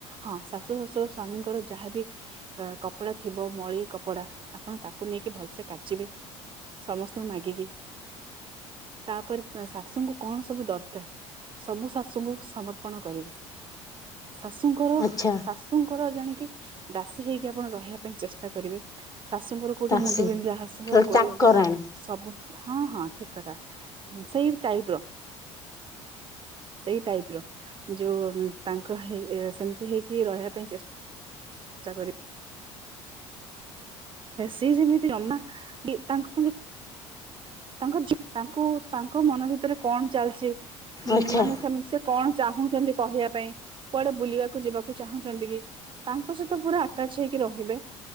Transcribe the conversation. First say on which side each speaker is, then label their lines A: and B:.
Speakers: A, on the right; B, on the left.
A: ହଁ ଶାଶୁ ଶ୍ୱଶୁର ସ୍ଵାମୀଙ୍କର ଯାହାବି କପଡା ଥିବ ମଳି କପଡା ଆପଣ ତାକୁ ନେଇକି ଭଲସେ କାଚିବେ। ସମସ୍ତଙ୍କୁ ମାଗିକି ତାପରେ ଶାଶୁଙ୍କୁ କଣ ସବୁ ଦରକାର? ସବୁ ଶାଶୁଙ୍କୁ ସମର୍ପଣ କରିବେ। ଶାଶୁଙ୍କର
B: ଆଚ୍ଛା
A: ଶାଶ ଶଶୁଙ୍କର ଜାଣିକି ଦାସୀ ହେଇକି ଆପଣ ରହିବା ପାଇଁ ଚେଷ୍ଟା କରିବେ। ଶାଶୁଙ୍କର କୋଉଠି
B: ଦାସୀ
A: ମୁଣ୍ଡ ବିନ୍ଧା ଶାଶୁଙ୍କର ଗୋଡ
B: ଚାକରାଣୀ
A: ବିନ୍ଧା ସବୁ ହଁ ହଁ ଠିକ କଥା। ସେଇ ଟାଇପର। ସେଇ ଟାଇପ୍ର ଯୋଉ ତାଙ୍କ ହେଇ ସେମିତି ହେଇକି ରହିବା ପାଇଁ ଚେ ଚେଷ୍ଟା କରିବେ। ସିଏ ଯେମିତି ଜମା ବି ତାଙ୍କ ସାଙ୍ଗେ ତାଙ୍କ ଜି ତାଙ୍କୁ ତାଙ୍କ ମନ ଭିତରେ କଣ ଚାଲିଛି?
B: ଆଚ୍ଛା
A: ମାନେ ସେ କଣ ଚାହୁଁଛନ୍ତି କହିବା ପାଇଁ? କୁଆଡେ ବୁଲିବାକୁ ଯିବାକୁ ଚାହୁଁଛନ୍ତି କି? ତାଙ୍କ ସହିତ ପୁରା ଆଟାଚ ହେଇକି ରହିବେ।